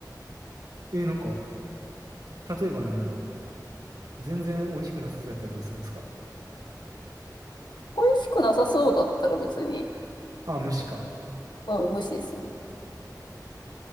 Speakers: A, on the right; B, on the left.
A: え、なんか、例えばなんやろ。全然美味しくなさそうやったらどうするんですか
B: 美味しくなさそうだったら別に、
A: あ、虫か。
B: うん、無視です。